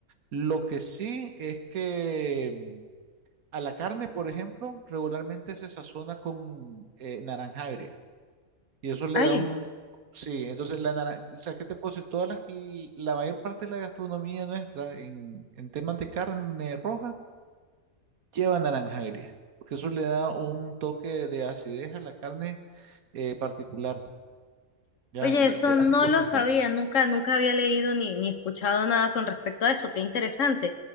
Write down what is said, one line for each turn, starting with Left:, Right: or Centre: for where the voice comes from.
Right: Lo que sí es que mm, a la carne, por ejemplo, regularmente se sazona con eh, naranja agria. Y eso le
Left: Ay,
Right: da un... Sí, entonces la naranja, o sea, ¿qué te puedo decir? Todas las, la mayor parte de la gastronomía nuestra en, en temas de carne roja lleva naranja agria, porque eso le da un toque de acidez a la carne eh, particular, ya
Left: oye,
Right: le
Left: eso
Right: queda
Left: no
Right: jugosita.
Left: lo sabía, nunca, nunca había leído ni, ni escuchado nada con respecto a eso, qué interesante.